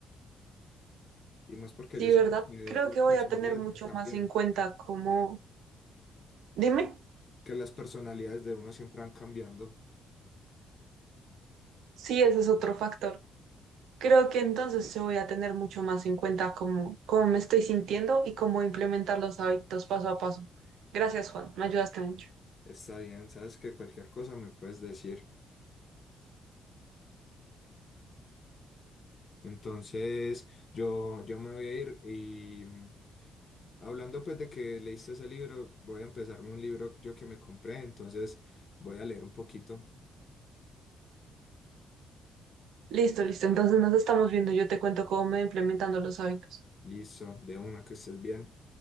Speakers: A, on the left (about 40°); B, on the right (about 80°).
A: Y más porque
B: Sí,
A: yo siento
B: ¿verdad?
A: que
B: Creo
A: las
B: que
A: personalidades
B: voy a tener mucho
A: van cambiando,
B: más en cuenta como... Dime,
A: que las personalidades de uno siempre van cambiando.
B: sí, ese es otro factor. Creo que entonces se voy a tener mucho más en cuenta cómo, cómo me estoy sintiendo y cómo implementar los hábitos paso a paso. Gracias, Juan, me ayudaste mucho.
A: Está bien, sabes que cualquier cosa me puedes decir. Entonces, yo, yo me voy a ir y mm, hablando pues de que leíste ese libro, voy a empezarme un libro yo que me compré, entonces voy a leer un poquito.
B: Listo, listo. Entonces nos estamos viendo. Yo te cuento cómo me voy implementando los hábitos.
A: Listo, de una, que estés bien.